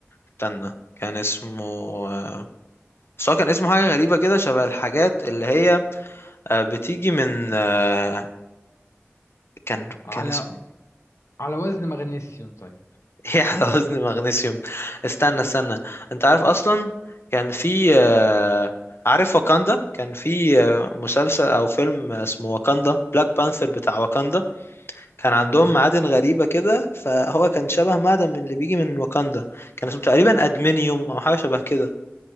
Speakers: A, on the left (about 60°); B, on the left (about 80°).
A: استنى كان اسمه آه، بس هو كان اسمه حاجة غريبة كده شبه الحاجات اللي هي آه، بتيجي من آه، كان
B: على
A: كان اسمه
B: على وزن مغنيسيوم طيب
A: <laughs> ايه على وزن مغنيسيوم استنى استنى انت عارف اصلا كان في آه، عارف واكاندا كان في آه، مسلسل او فيلم اسمه واكاندا بلاك بانثر بتاع واكاندا كان عندهم
B: اوكي
A: معادن غريبة كده فهو كان شبه معدن من اللي بيجي من واكاندا كان اسمه تقريبا ادمنيوم او حاجة شبه كده